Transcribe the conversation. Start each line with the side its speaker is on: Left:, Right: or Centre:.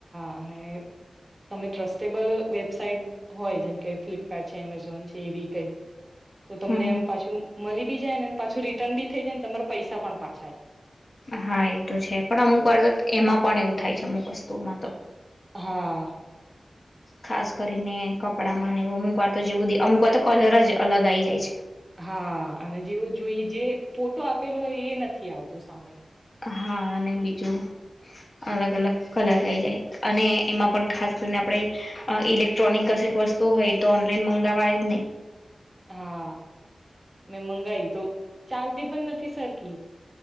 Right: અને તમે ટ્રસ્ટેબલ વેબસાઇટ હોય જેમકે ફ્લિપકાર્ટ છે એમેઝોન છે એવી કઈ તો તમને
Left: હમ
Right: એમ પાછું મળી બી જાય ને પાછું રિટર્ન બી થઈ જાયને તમારા પૈસા પણ પા
Left: હા એ તો છે પણ અમુક વાર તો એમાં પણ એવું થાય છે અમુક વસ્તુ તુંઓ મા તો
Right: હા
Left: ખાસ કરીને કપડા માં ને એવ અમુક વાર તો જેવું અમુક વા તો કલર જ અલગ આવી જાય છે
Right: હા અને જેવો જોઈ જે ફોટો આપેલો હોય એ નથી આવતું સામે
Left: હા અને બીજું અલગ અલગ કલર આઈ જાય અને એમાં પણ ખાસ કરીને આપડે અ ઇલેક્ટ્રોનિક કશીક વસ્તુઓ હોય એ તો ઓનલાઈન મંગાવાય જ નહી
Right: હા મેં મંગાઈ તો ચાલતી પણ નથી સરખી